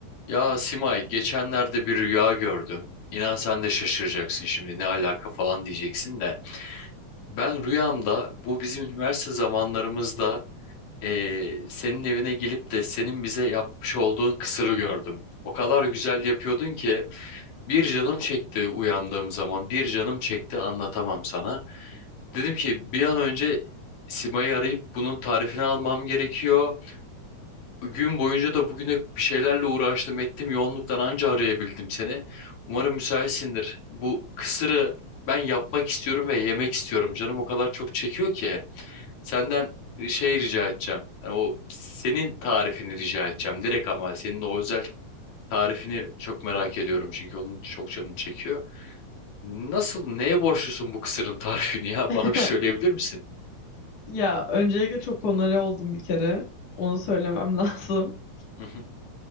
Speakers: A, on the left (about 75°); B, on the left (about 55°).
A: Ya Simay, geçenlerde bir rüya gördüm. İnan sen de şaşıracaksın şimdi ne alaka falan diyeceksin de. Ben rüyamda bu bizim üniversite zamanlarımızda eee, senin evine gelip de senin bize yapmış olduğun kısırı gördüm. O kadar güzel yapıyordun ki bir canım çekti uyandığım zaman bir canım çekti anlatamam sana. Dedim ki bir an önce Simay'ı arayıp bunun tarifini almam gerekiyor. Gün boyunca da bugün hep bir şeylerle uğraştım ettim. Yoğunluktan anca arayabildim seni. Umarım müsaitsindir. Bu kısırı ben yapmak istiyorum ve yemek istiyorum. Canım o kadar çok çekiyor ki. Senden e, şey rica edeceğim. Yani o senin tarifini rica edeceğim. Direkt ama senin de o özel tarifini çok merak ediyorum. Çünkü onun çok canım çekiyor. Nasıl, neye borçlusun bu kısırın tarifini ya?
B: <laughs>
A: <laughs> Bana bir söyleyebilir misin?
B: Ya öncelikle çok onore oldum bir kere. Onu söylemem <laughs> lazım.
A: <laughs>